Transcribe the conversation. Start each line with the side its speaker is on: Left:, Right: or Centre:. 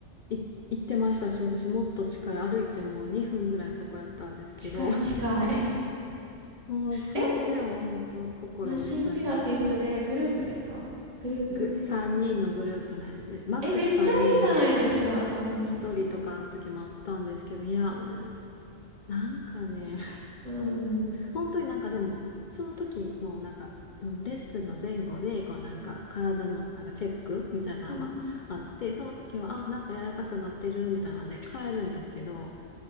Left: い、行ってましたし、私もっと近い歩いてもう2分ぐらいのとこやったんですけど、
Right: 近い近い。
Left: <laughs> もうそれでも本当心折れちゃいました。
Right: <laughs> え、マシンピラティスでグループですかグループ目。
Left: ぐ、3人のグループのやつです。マックス3人で
Right: え、めっちゃいいじゃないですか、3人。
Left: 1人とかの時もあったんですけど、いや、
Right: うん。
Left: なんかね、
Right: うん。
Left: 本当になんかでも、その時のなんか、うんレッスンの前後で、こうなんか体のなんかチェックみたいなのはあって、
Right: うん。うん。
Left: その時は、あ、なんか柔らかくなってるみたいなので変えるんですけど、